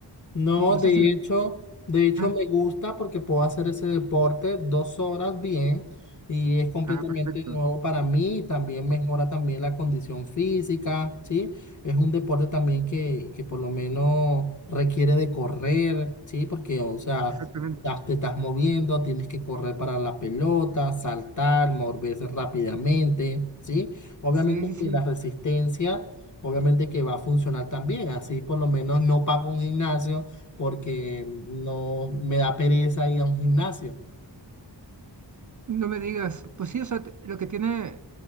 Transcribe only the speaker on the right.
No sé
si...
Ah,
ah, perfecto,
exactamente.
Sí, sí, sí.
No me digas, pues sí, o sea, te- lo que tiene